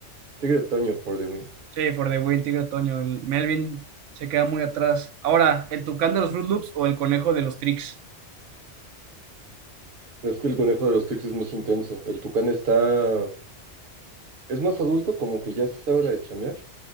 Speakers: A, on the right; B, on the right.
A: Tigre de Toño for the win.
B: Sí, for the win, Tigre Toño. El Melvin se queda muy atrás. Ahora, ¿el tucán de los Fruit Loops o el conejo de los Tricks?
A: Es que el conejo de los Tex es más intenso. El tucán está. Es más adulto, como que ya se sabe la de chambear.